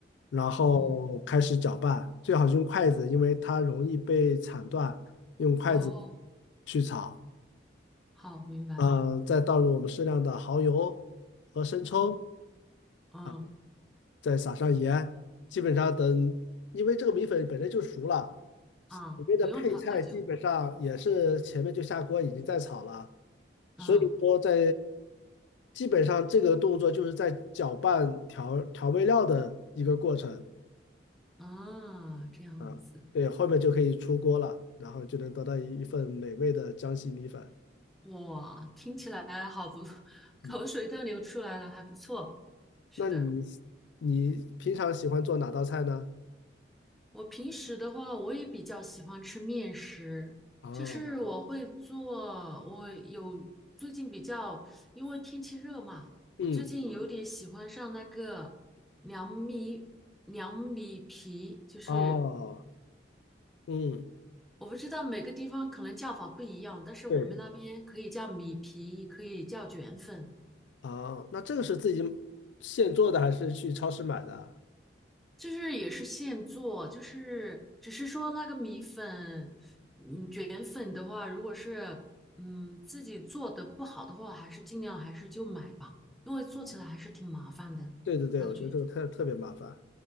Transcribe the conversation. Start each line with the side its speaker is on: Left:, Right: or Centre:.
Left: 然后开始搅拌，
Centre: 哦
Left: 最好是用筷子，因为它容易被铲断，用筷子
Centre: 哦，
Left: 去炒。
Centre: 好，明白，
Left: 嗯，再倒入我们适量的蚝油和生抽
Centre: 嗯嗯
Left: 啊，再撒上盐，基本上等，因为这个米粉本来就熟了，
Centre: 啊，
Left: 里面的配菜基本上也是前面就下锅已经在炒了。
Centre: 不用炒太久，
Left: 所以说在
Centre: 嗯
Left: 基本上这个动作就是在搅拌调调味料的一个过程
Centre: 啊，这样子，
Left: 啊，对，后面就可以出锅了，然后就能得到一一份美味的江西米粉。
Centre: 哇，听起来好不，<laughs>
Left: 嗯，
Centre: 口水都流出来了，还不错，是的。
Left: 那你你平常喜欢做哪道菜呢？
Centre: 我平时的话，我也比较喜欢吃面食，
Left: 哦，
Centre: 就是我会做，我有最近比较，因为天气热嘛，
Left: 嗯，
Centre: 我最近有嗯点喜欢上那个凉米凉米皮，就是
Left: 哦，嗯，
Centre: 我不知道每个地方可能叫法不一样，但是我们那边可以叫米皮，
Left: 对，
Centre: 也可以叫卷粉。
Left: 哦，那这个是自己现做的还是去超市买的？
Centre: 就是也是现做，就是只是说那个米粉，嗯，卷粉的话，如果是嗯自己做的不好的话，还是尽量还是就买吧，因为做起来还是挺麻烦的，
Left: 哦对对对，
Centre: 那个卷。
Left: 我觉得这个特特别麻烦